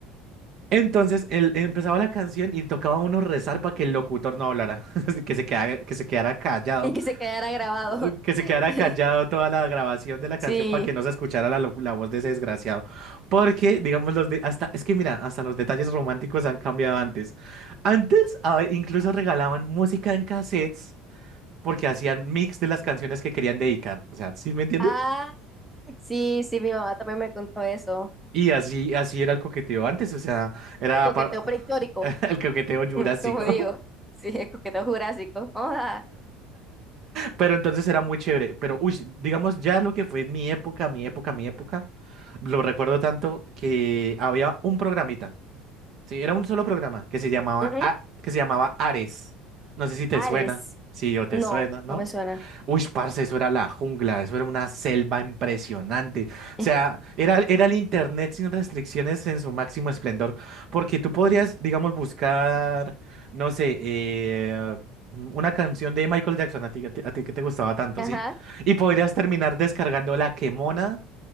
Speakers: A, on the right (about 50°); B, in the centre.
A: Entonces él empezaba la canción y tocaba a uno rezar para que el locutor no hablara, <laughs> así que se quedara, que se quedara callado,
B: y que se quedara grabado.
A: eh, que se
B: <laughs>
A: quedara callado toda la grabación de la canción
B: Sí.
A: para que no se escuchara la, lo- la voz de ese desgraciado. Porque, digamos, los de, hasta, es que mira, hasta los detalles románticos han cambiado antes. Antes a ve- incluso regalaban música en cassettes porque hacían mix de las canciones que querían dedicar. O sea, ¿sí me entiendes?
B: Ah, Sí, sí, mi mamá también me contó eso.
A: Y así, así era el coqueteo antes, o sea, era
B: Y coqueteo
A: para-
B: prehistórico,
A: <laughs> el coqueteo jurásico.
B: <laughs> como digo. Sí, es coqueteo jurásico. Oda.
A: Pero entonces era muy chévere. Pero, uy, digamos ya lo que fue mi época, mi época, mi época, lo recuerdo tanto que había un programita. Sí, era un solo programa que se llamaba,
B: Ujú.
A: A- que se llamaba Ares. No sé si te
B: Ares.
A: suena, si yo te
B: No,
A: suena, ¿no?
B: no me suena.
A: Uy, parce, eso era la jungla, eso era una selva impresionante. O sea,
B: <laughs>
A: era, era el internet sin restricciones en su máximo esplendor, porque tú podrías, digamos, buscar, no sé, eh, una canción de Michael Jackson, a ti, a ti- a ti que te gustaba tanto,
B: Eh,
A: ¿sí?
B: Ajá.
A: Y podrías terminar descargando La Quemona